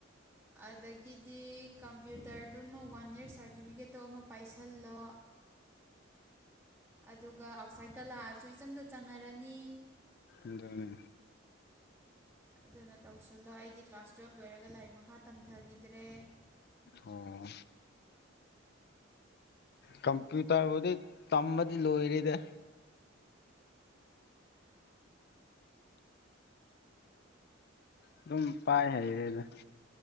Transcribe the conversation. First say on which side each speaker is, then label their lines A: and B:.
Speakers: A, in the centre; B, on the left.
A: ꯑꯗꯒꯤꯗꯤ ꯀꯝꯄ꯭ꯌꯨꯇꯔꯗꯨꯃ ꯋꯥꯟ ꯏꯔ ꯁꯥꯔꯇꯤꯐꯤꯀꯦꯠ ꯐꯣꯇꯣ ꯑꯃ ꯄꯥꯏꯁꯤꯜꯂꯣ ꯑꯗꯨꯒ ꯑꯥꯎꯠꯁꯥꯏꯗꯠꯇ ꯂꯥꯛꯑꯁꯨ ꯏꯆꯝꯗ ꯆꯥꯟꯅꯔꯅꯤ
B: ꯑꯗꯅꯤ
A: ꯑꯗꯨꯅ ꯇꯧꯁꯤꯜꯂꯣ ꯑꯩꯗꯤ ꯀ꯭ꯂꯥꯁ ꯇꯨꯌꯦꯦꯜꯕ ꯂꯣꯏꯔꯒ ꯂꯥꯏꯔꯤꯛ ꯃꯈꯥ ꯇꯝꯊꯈꯤꯗ꯭ꯔꯦ
B: ꯑꯣ ꯀꯝꯄ꯭ꯌꯨꯇꯔꯕꯨꯗꯤ ꯇꯝꯃꯗꯤ ꯂꯣꯏꯔꯤꯗ ꯑꯗꯨꯝ ꯄꯥꯏ ꯍꯥꯏꯔꯦꯗ